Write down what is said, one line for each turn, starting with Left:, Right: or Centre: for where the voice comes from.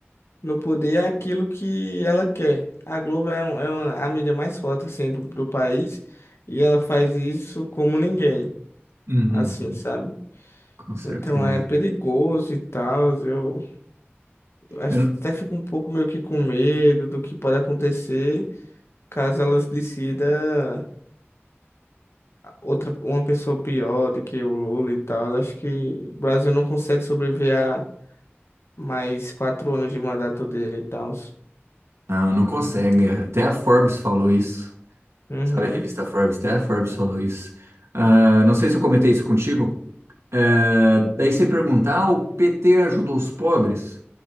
Left: no poder é aquilo que ela quer. A Globo é, um- é uma- a mídia mais forte assim do, do país e ela faz isso como ninguém,
Right: hum,
Left: assim,
Right: hum,
Left: sabe?
Right: com certeza.
Left: Então é perigoso e tal. Eu acho-
Right: Eu não,
Left: até fico um pouco meio que com medo do que pode acontecer caso ela decida outra uma pessoa pior do que o Lula e tal. Eu acho que o Brasil não consegue sobreviver a mais quatro anos de mandato dele e tal.
Right: não não consegue. Até a Forbes falou isso.
Left: Uhum,
Right: Sabe a revista Forbes? Até a Forbes falou isso. Ah, não sei se eu comentei isso contigo. Ah, daí você pergunta, ah, o PT ajudou os pobres?